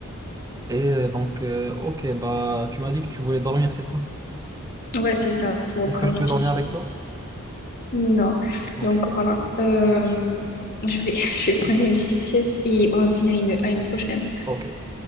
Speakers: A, on the right (about 15°); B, on the left (about 45°).
A: Et euh, donc, euh, ok, bah, tu m'as dit que tu voulais dormir, c'est ça?
B: Ouais, c'est ça. Faut
A: Est-ce
B: prendre
A: que je peux
B: une petite
A: dormir
B: sieste.
A: avec toi?
B: Non.
A: Ok,
B: Donc, voilà. Euh,
A: ça marche.
B: Je vais, <laughs> je vais prendre une petite sieste et on se dit à une, à une prochaine.
A: Ok.